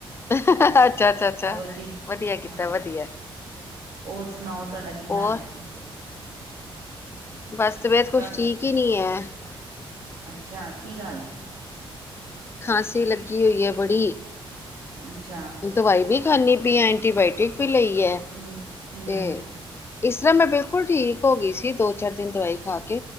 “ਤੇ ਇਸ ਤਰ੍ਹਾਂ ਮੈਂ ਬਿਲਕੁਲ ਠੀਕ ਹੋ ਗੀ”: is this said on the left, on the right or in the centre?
Left